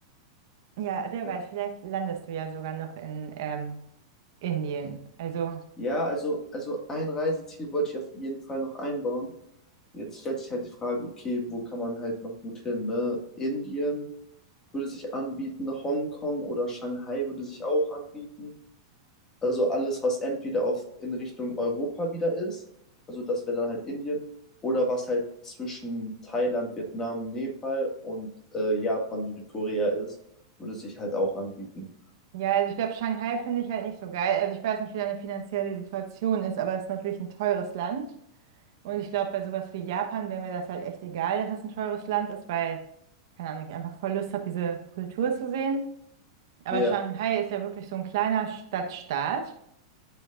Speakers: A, on the right; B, on the left.
A: ja, wer
B: Ja,
A: weiß, vielleicht landest du ja sogar noch in ähm, Indien. Also
B: ja, also, also ein Reiseziel wollte ich auf jeden Fall noch einbauen. Jetzt stellt sich halt die Frage, okay, wo kann man halt noch gut hin, ne? Indien würde sich anbieten, Hongkong oder Shanghai würde sich auch anbieten. Also alles, was entweder auf in Richtung Europa wieder ist, also das wäre dann halt Indien, oder was halt zwischen Thailand, Vietnam, Nepal und äh, Japan, Südkorea ist, würde sich halt auch anbieten.
A: Ja, also ich glaube, Shanghai finde ich halt nicht so geil. Also ich weiß nicht, wie deine finanzielle Situation ist, aber es ist natürlich ein teures Land. Und ich glaube, bei sowas wie Japan wäre mir das halt echt egal, dass es ein teures Land ist, weil, keine Ahnung, ich einfach voll Lust habe, diese Kultur zu sehen. Aber
B: Ja,
A: Shanghai ist ja wirklich so ein kleiner Stadtstaat.